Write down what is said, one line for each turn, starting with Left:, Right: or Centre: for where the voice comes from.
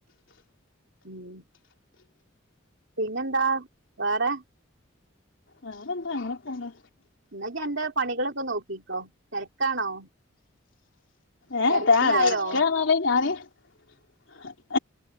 Right: ഉം പിന്നെന്താ വേറെ
Left: വേറെന്താ അങ്ങനെ പോണ്‌
Right: എന്നാ ഇയ്യ്‌ അന്റെ പണികളൊക്കെ നോക്കിക്കോ തിരക്കാണോ
Left: ഏഹ്
Right: തിരക്കിലായോ
Left: താ തെരക്ക് പറഞ്ഞാല് ഞാന്